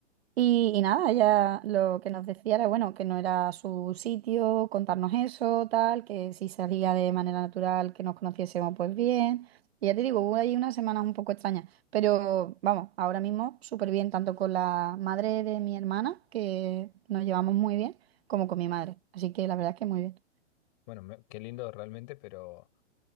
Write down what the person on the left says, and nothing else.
Bueno, me- qué lindo realmente, pero